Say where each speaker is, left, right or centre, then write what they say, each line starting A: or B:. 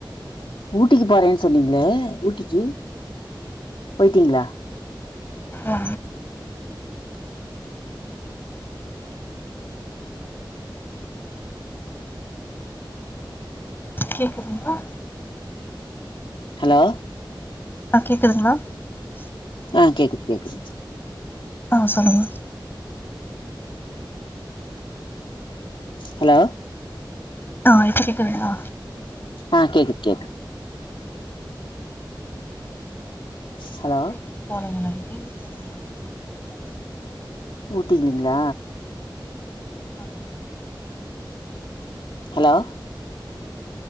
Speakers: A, on the left; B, on the left.
A: ஊட்டிக்கு போறேன்னு சொன்னீங்களே ஊட்டிக்கு போயிட்டீங்களா
B: ஆ கேக்குதுங்களா
A: ஹலோ
B: அஹ் கேக்குதுங்களா
A: ஆஹ் கேக்குது கேக்குது
B: ஆஹ் சொல்லுங்க
A: ஹலோ
B: ஆஹ இப்போகேக்குதுங்களா
A: ஆஹ் கேக்குது கேக்குது ஹலோ
B: எங்கே போறீங்க எங்க போறேங்க நீங்க எந்த ஊரு
A: ஊட்டிக்குங்களா
B: ஆமாங்க
A: ஹலோ